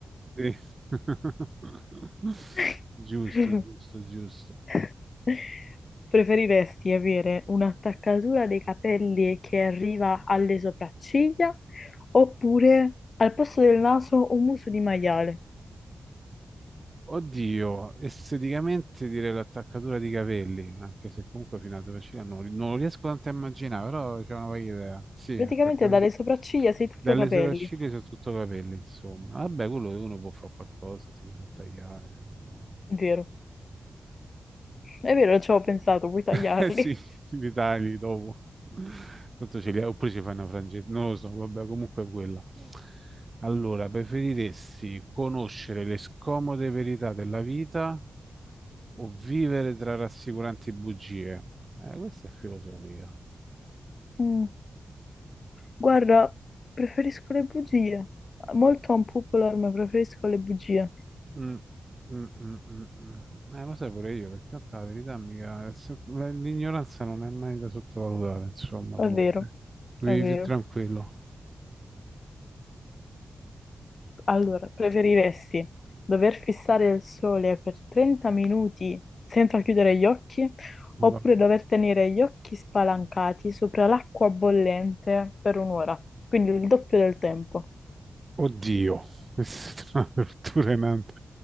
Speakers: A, on the right; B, on the left.
A: Sì. <laughs>
B: <laughs>
A: Giusto, giusto, giusto.
B: <laughs> Preferiresti avere un'attaccatura dei capelli che arriva alle sopracciglia oppure al posto del naso un muso di maiale?
A: Oddio, esteticamente direi l'attaccatura di capelli, anche se comunque fino alla Torrecina non, non lo riesco tanto a immaginare, però c'è una varia idea. Sì,
B: Praticamente
A: attaccatura.
B: dalle sopracciglia sei tutto
A: Dalle
B: capelli.
A: sopracciglia sono tutto capelli, insomma. Vabbè, quello che uno può fare qualcosa, si può tagliare. si può-
B: È vero, è vero, ci avevo pensato, puoi tagliarli.
A: <laughs> Eh sì, li tagli dopo. Tanto ce li oppure ci fai una frangetta, non lo so, vabbè, comunque è quella. Allora, preferiresti conoscere le scomode verità della vita o vivere tra rassicuranti bugie? Eh, questa è filosofia.
B: Mm. Guarda, preferisco le bugie. Molto unpopular, ma preferisco le bugie.
A: Mm, mm, mm, mm, mm. Eh, lo sai pure io, perché in realtà la verità mica... è se- L'ignoranza non è mai da sottovalutare, insomma.
B: È
A: comunque.
B: vero,
A: Vivi
B: è vero.
A: più tranquillo.
B: Allora, preferiresti dover fissare il sole per 30 minuti senza chiudere gli occhi
A: Madonna.
B: oppure dover tenere gli occhi spalancati sopra l'acqua bollente per un'ora, quindi il doppio del tempo.
A: Oddio, questa <laughs> è una tortura in ant-